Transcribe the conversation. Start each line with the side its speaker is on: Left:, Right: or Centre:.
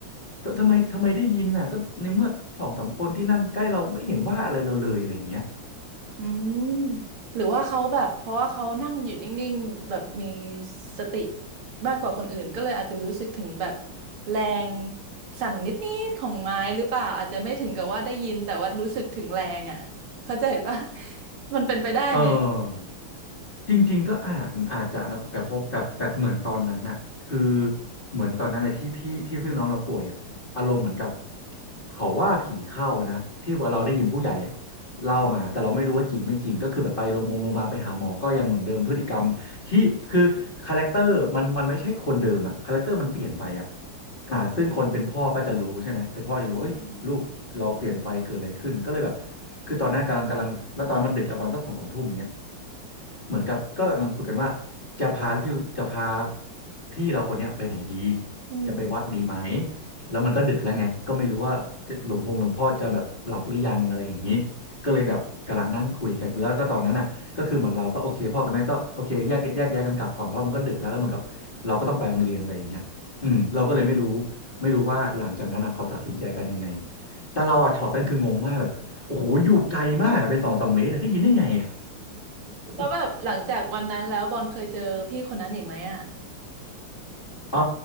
Left: แต่ทำไมทำไมได้ยินน่ะก็ในเมื่อสองสามคนที่นั่งใกล้เราไม่เห็นว่าอะไรเราเลยอะไรอย่างเงี้ย
Right: อืมหรือว่าเขาแบบเพราะว่าเขานั่งอยู่นิ่งๆแบบมีสติมากกว่าคนอื่นก็เลยอาจจะรู้สึกถึงแบบแรงสั่นนิดๆของไม้หรือเปล่าอาจจะไม่ถึงกับว่าได้ยินแต่ว่ารู้สึกถึงแรงอ่ะเข้าใจปะ <laughs> มันเป็นไปได้ไหมอะ
Left: เออจริงๆก็อาจอาจจะนะแต่พบแต่แต่เหมือนตอนนั้นน่ะคือเหมือนตอนนั้นนะที่พี่ที่พี่น้องเราป่วยอ่ะอารมณ์เหมือนกับเขาว่าผีเข้านะที่เราได้ยินผู้ใหญ่อ่ะเล่ามาแต่เราไม่รู้ว่าจริงไม่จริงก็คือแบบไปโรงพยาบาลโรงพยาบาลไปหาหมอก็ยังเหมือนเดิมพฤติกรรมที่คือคาแรคเตอร์มันมันไม่ใช่คนเดิมอ่ะคาแรคเตอร์มันเปลี่ยนไปอ่ะ อ่าซึ่งคนเป็นพ่อก็จะรู้ใช่ไหม เป็นพ่อจะรู้เอ้ยลูกเราเปลี่ยนไปเกิดอะไรขึ้น
Right: อืม
Left: ก็เลยแบบ คือตอนนั้นกำลังกำลัง แล้วตอนนั้นมันดึกแล้วประมาณสักสองสามทุ่มอย่างเงี้ย เหมือนกับก็กำลังคุยกันว่าจะพาพี่จะพาพี่เราคนเนี้ยไปไหนดี
Right: อืม
Left: จะไปวัดดีไหมแล้วมันก็ดึกแล้วไงก็ไม่รู้ว่าจะหลวงพงหลวงพ่อจะแบบหลับหรือยังอะไรอย่างนี้ก็เลยแบบกำลังนั่งคุยกันแล้วก็ตอนนั้นอ่ะก็คือเหมือนเราก็โอเคพ่อกับแม่ก็โอเคแยกแยกย้ายกันกลับก่อนเพราะมันก็ดึกแล้วแล้วเหมือนกับเราก็ต้องไปโรงเรียนอะไรอย่างเงี้ยอืมเราก็เลยไม่รู้ไม่รู้ว่าหลังจากนั้นอ่ะเขาตัดสินใจกันยังไงแต่เราอ่ะช็อตนั้นคืองงมากแบบโอ้โหอยู่ไกลมากอะเป็นสองสามเมตรอะได้ยินได้ไงอะ
Right: แล้วแบบหลังจากวันนั้นแล้วบอลเคยเจอพี่คนนั้นอีกไหมอ่ะ
Left: <laughs> เออ